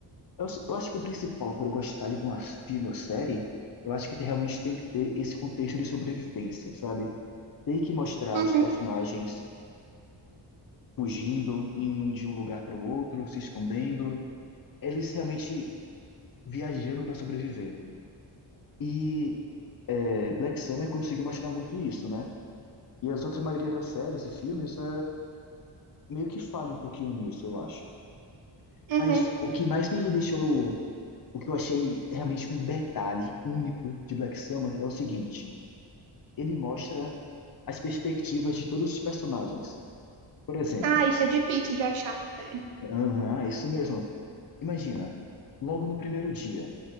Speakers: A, on the left; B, on the right.
A: Eu, eu acho que o principal para eu gostar de uma filme ou série, eu acho que tem- realmente tem que ter esse contexto de sobrevivência, sabe? Tem que mostrar
B: Uhum,
A: os personagens fugindo, indo de um lugar para o outro, se escondendo, eles realmente viajando para sobreviver. E é, Black Summer conseguiu mostrar muito isso, né? E as outras maioria das séries e filmes é, meio que falha um pouquinho nisso, eu acho.
B: uhum.
A: Mas o que mais me deixou, o que eu achei realmente um detalhe único de Black Summer é o seguinte. ele mostra as perspectivas de todos os personagens. Por exemplo,
B: Ah, isso é difícil de achar na série.
A: aham, é isso mesmo. Imagina, logo no primeiro dia,